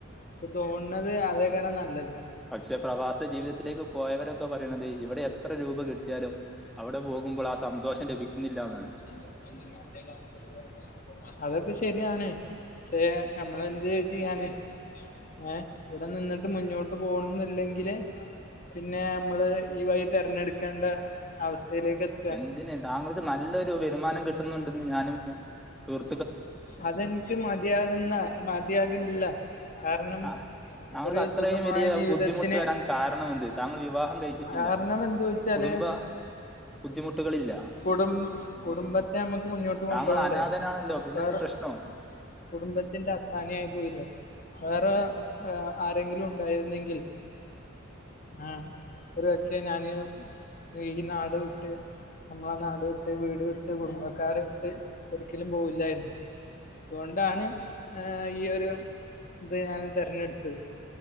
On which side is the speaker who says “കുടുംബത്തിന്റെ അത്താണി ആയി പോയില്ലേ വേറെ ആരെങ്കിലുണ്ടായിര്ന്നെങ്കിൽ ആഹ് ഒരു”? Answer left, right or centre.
Left